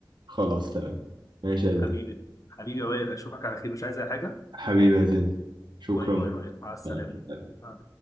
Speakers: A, on the right (about 75°); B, on the left (about 45°).
A: خلاص تمام ماشي يا زين
B: حبيبي حبيبي يا وائل اشوفك على خير مش عايز اي حاجه
A: حبيبي يا زين شكرا
B: باي باي يا وائل مع السلامه
A: مع السلامة.
B: آه.